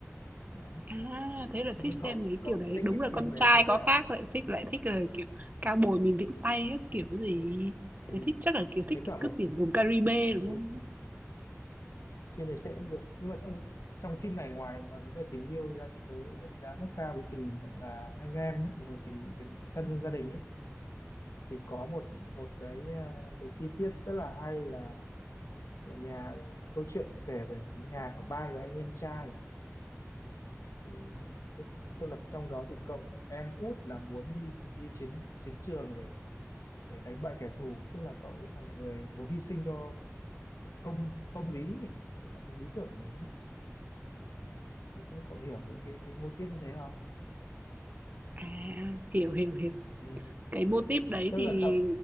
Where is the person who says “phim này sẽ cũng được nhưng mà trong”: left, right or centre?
Left